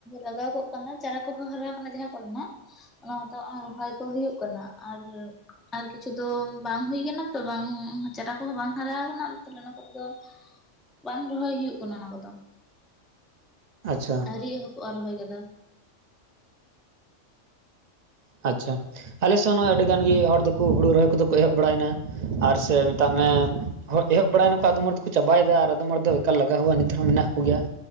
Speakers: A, in the centre; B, on the right.
A: ᱞᱟᱜᱟᱣ ᱜᱚᱜ ᱠᱟᱱᱟ ᱪᱟᱨᱟ ᱠᱚᱦᱚᱸ ᱦᱟᱨᱟ ᱠᱟᱱᱟ ᱡᱟᱦᱟᱸ ᱠᱚᱨᱮᱱᱟᱜ ᱚᱱᱟ ᱠᱚᱫᱚ ᱟᱨ ᱨᱚᱦᱚᱭ ᱠᱚ ᱦᱩᱭᱩᱜ ᱠᱟᱱᱟ᱾ ᱟᱨ ᱟᱨ ᱠᱤᱪᱷᱩ ᱫᱚ ᱵᱟᱝ ᱦᱩᱭ ᱠᱟᱱᱟ ᱛᱚ ᱵᱟᱝ ᱪᱟᱨᱟ ᱠᱚᱦᱚᱸ ᱵᱟᱝ ᱦᱟᱨᱟ ᱠᱟᱱᱟ ᱛᱟᱦᱞᱮ ᱚᱱᱟ ᱠᱚ ᱫᱚ, ᱵᱟᱝ ᱨᱚᱦᱚᱭ ᱦᱩᱭᱩᱜ ᱠᱟᱱᱟ ᱚᱱᱟ ᱠᱚᱫᱚ᱾
B: ᱟᱪᱪᱷᱟ᱾
A: ᱟᱹᱣᱨᱤ ᱮᱦᱚᱯᱚᱜ-ᱟ ᱨᱚᱦᱚᱭ ᱠᱚᱫᱚ᱾
B: ᱟᱪᱪᱷᱟ, ᱟᱞᱮ ᱥᱮᱜ ᱱᱚᱸᱜᱼᱚᱭ ᱟᱹᱰᱤ ᱜᱟᱱ ᱜᱮ ᱦᱚᱲ ᱫᱚᱠᱚ ᱦᱩᱲᱩ ᱨᱚᱦᱚᱭ ᱠᱚᱫᱚ ᱠᱚ ᱮᱦᱚᱵ ᱵᱟᱲᱟᱭᱱᱟ᱾ ᱟᱨ ᱥᱮ ᱢᱮᱛᱟᱜ ᱢᱮ ᱮᱦᱚᱵ ᱵᱟᱲᱟᱭᱱᱟᱠᱚ ᱟᱫᱚᱢ ᱦᱚᱲ ᱫᱚᱠᱚ ᱪᱟᱵᱟᱭᱮᱫᱟ ᱟᱨ ᱟᱫᱚᱢ ᱦᱚᱲ ᱫᱚ ᱮᱠᱟᱞ ᱞᱟᱜᱟᱣ ᱦᱚᱸᱣᱟ ᱱᱤᱛᱦᱚᱸ ᱢᱮᱱᱟᱜ ᱠᱩ ᱜᱮᱭᱟ᱾